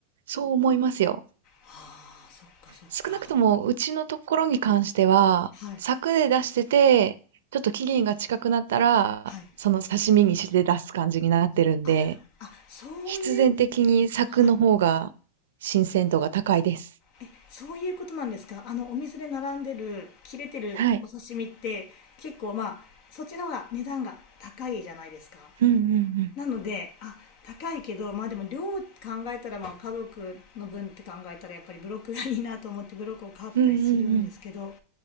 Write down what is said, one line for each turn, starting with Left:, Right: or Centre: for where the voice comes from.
Right: そう思いますよ。
Left: ああ、そっかそっか。
Right: 少なくともうちのところに関しては、
Left: はい。
Right: 柵で出してて、ちょっと期限が近くなったら、
Left: はい。
Right: その刺身にして出す感じになってるんで、
Left: あ、あ、そういう、
Right: 必然的に柵の方が新鮮度が高いです。
Left: はい。え、そういうことなんですかあの、お店で並んでる、切れてるお刺身って、
Right: はい。
Left: 結構まあ、そっちの方が値段が高いじゃないですか。
Right: うんうん
Left: なのであ高いけどまあでも量考えたらまあ家族の分って考えたらやっぱりブロックがいいなと思ってブロックを買ったりするんですけど
Right: うん。うんうんうん。